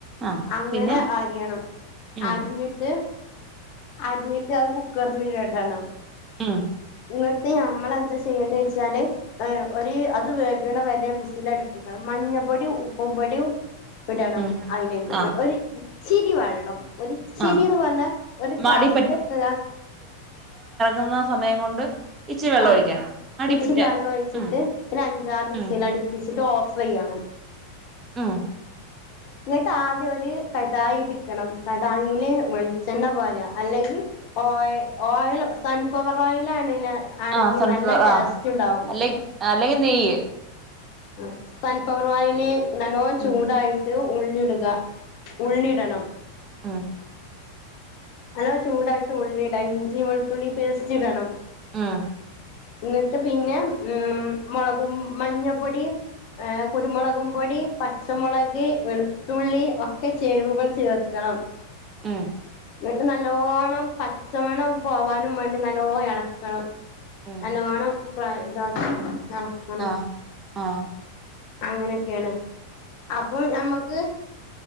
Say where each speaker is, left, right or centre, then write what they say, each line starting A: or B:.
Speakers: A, on the right (about 25°); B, on the left (about 45°).
A: ആഹ്
B: അങ്ങനെ
A: പിന്നെ
B: അരിയണം
A: ഉം
B: അര്ഞ്ഞ്ട്ട് അരിഞ്ഞിട്ട് അത് കുക്കർല് എടണം
A: ഉം
B: ഇങ്ങട്ട് നമ്മളെന്താ ചെയ്യണ്ട്യെ വെച്ചാല് ഏഹ് ഒരു അത് വേഗ്ണ വരെ വിസ്സിലട്പ്പിക്കണം മഞ്ഞപ്പൊടിം ഉപ്പും പൊടിയും ഇടണം
A: ഉം
B: അയ്ലേക്ക്
A: ആഹ്
B: ഒര് ഇച്ചിരി വെള്ളം ഒര്ച്ചിരിന്ന്
A: ആഹ്
B: പർഞ്ഞാ ഒരു ക്ലാസിന്റെ
A: മടി
B: ക് കാ
A: എന്നു ആ സമയം <unintelligible> ഇച്ചിരി വെള്ളം
B: ആഹ്
A: ഒഴിക്കണം അടിപ്പിറ്റ
B: ഇച്ചിരി വെള്ളം ഒഴിച്ചിട്ട്
A: ഉം
B: ഒരു അഞ്ചാറ് വിസിലടി
A: ഉം
B: പ്പിച്ചിട്ട് ഓഫെയ്യണം
A: ആഹ്
B: ഇങ്ങട്ട് ആദ്യം ഒരു കടായി ഇട്ക്കണം കടായീല് വെളിച്ചെണ്ണ പാരാ. അല്ലെങ്കി ഓയ് ഓയൽ സൺഫ്ലവർ ഓയിൽ ആണേല് ആണെങ്കി
A: ആ സൺഫ്ലവർ
B: നല്ല ടേസ്റ്റ്
A: ആ
B: ണ്ടാവും
A: അല്ലെ അല്ലെങ്കി നെയ്യ്
B: ആഹ് സൺഫ്ലവർ ഓയില് നല്ലോം
A: ഉം
B: ചൂടായിട്ട് ഉള്ളി ഇടുക
A: ഉം
B: ഉള്ളി ടണം
A: ഉം
B: നല്ലോം ചൂടായിട്ട് ഉള്ളിട ഇഞ്ചി വെൾത്തുള്ളി പേസ്റ്റ് ഇടണം
A: ആഹ്
B: ഇങ്ങട്ട് പിന്നെ ഉം മുളകും മഞ്ഞപ്പൊടിം ഏഹ് കുരുമൊളകും പൊടി, പച്ചമൊളക്, വെളുത്തുള്ളി ഒക്കെ ചേരുവകൾ ചേർക്കണം.
A: ഉം
B: ഇന്നട്ട് നല്ലോണ്ണം പച്ചമണം പോവാനും മാണ്ടി നല്ലോണം എളക്കണം
A: ഉം
B: നല്ലോണം പ്രാ ഇതാക്കാ എളക്കണം
A: ആ ആ
B: അങ്ങനൊക്കെയാണ് അപ്പോൾ ഞമ്മുക്ക്